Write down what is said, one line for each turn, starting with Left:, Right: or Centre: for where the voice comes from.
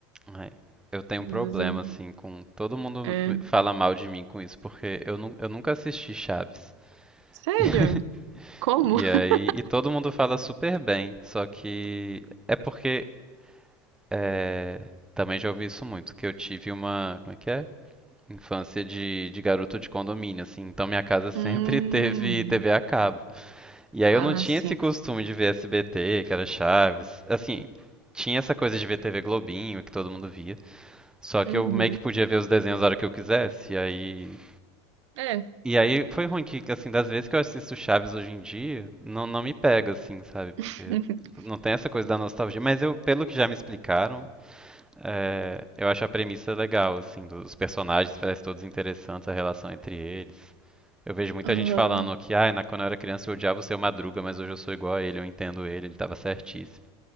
Centre: Ai, eu tenho
Right: Às
Centre: um problema,
Right: vezes eu...
Centre: assim, com todo mundo
Right: É...
Centre: me- fala mal de mim com isso, porque eu, nu- eu nunca assisti Chaves.
Right: Sério?
Centre: <laughs>
Right: Como?
Centre: E
Right: <laughs>
Centre: aí, e todo mundo fala super bem, só que é porque É, também já ouvi isso muito, que eu tive uma, como é que é? Infância de, de garoto de condomínio, assim. Então minha casa <laughs> sempre
Right: Hum...
Centre: teve TV a cabo. E aí
Right: Ah,
Centre: eu não tinha
Right: sim.
Centre: esse costume de ver SBT, que era Chaves. Assim, tinha essa coisa de ver TV Globinho, que todo mundo via. Só
Right: Uhum.
Centre: que eu meio que podia ver os desenhos a hora que eu quisesse. E aí.
Right: É.
Centre: E aí foi ruim que, assim, das vezes que eu assisto Chaves hoje em dia, não, não me pega, assim, sabe? Porque
Right: <laughs>
Centre: não tem essa coisa da nostalgia. Mas eu, pelo que já me explicaram, é, eu acho a premissa legal, assim, dos personagens, parecem todos interessantes, a relação entre eles. Eu vejo muita
Right: Aham.
Centre: gente falando que, ah, na, quando eu era criança eu odiava o seu Madruga, mas hoje eu sou igual a ele, eu entendo ele, ele tava certíssimo.